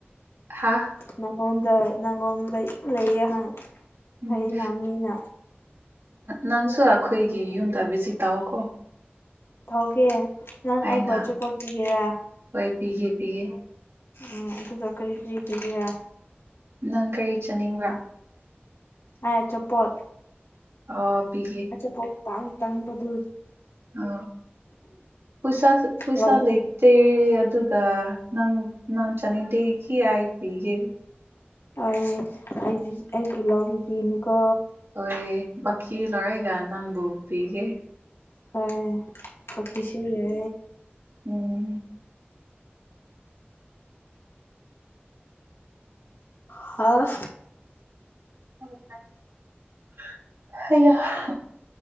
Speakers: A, on the right; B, on the left.
A: ꯍꯥꯥ
B: ꯅꯪꯉꯣꯟꯗ ꯅꯪꯉꯣꯟꯗ ꯂꯩꯌꯦ
A: ꯎꯝ
B: ꯍꯩꯅ ꯃꯤꯅ
A: ꯅꯪꯁꯨ ꯑꯩꯈꯣꯏꯒꯤ ꯌꯨꯝꯗ ꯚꯤꯖꯤꯠ ꯇꯧꯑꯣꯀꯣ
B: ꯊꯧꯒꯦ ꯅꯪ
A: ꯑꯩꯅ
B: ꯑꯩꯕꯨ ꯑꯆꯔꯤꯄꯣꯠ ꯄꯤꯒꯦꯔ
A: ꯍꯣꯏ ꯄꯤꯒꯦ ꯄꯤꯒꯦ
B: ꯎꯝ ꯑꯗꯨꯒ ꯀꯔꯤ ꯀꯔꯤ ꯄꯤꯕꯤꯔꯥ
A: ꯅꯪ ꯀꯔꯤ ꯆꯠꯅꯤꯡꯕ꯭ꯔꯥ
B: ꯑꯌꯥꯆ ꯄꯣꯠ
A: ꯑꯣ ꯄꯤꯒꯦ
B: ꯑꯆꯥ ꯄꯣ ꯇꯥꯡ ꯇꯥꯡꯕꯗꯨ
A: ꯑ ꯄꯨꯁꯥ ꯄꯨꯁꯥ
B: ꯍꯣꯏ
A: ꯂꯩ ꯗꯦ ꯑꯗꯨꯒ ꯅꯪ ꯅꯪ ꯆꯥꯅꯤꯡꯗꯦꯒꯤ ꯑꯥꯏ ꯄꯤꯒꯦ
B: ꯍ ꯑꯩ ꯑꯩ ꯄꯨ ꯂꯧꯕꯒꯤꯅꯤꯀꯣ
A: ꯍꯣꯏ ꯕꯀꯤ ꯂꯔꯩꯒ ꯅꯪꯕꯨ ꯄꯤꯒꯦ
B: ꯍꯣꯏ ꯄ ꯁꯤ ꯍꯥꯏ
A: ꯎꯝ
B: ꯍꯥ
A: ꯍ <unintelligible>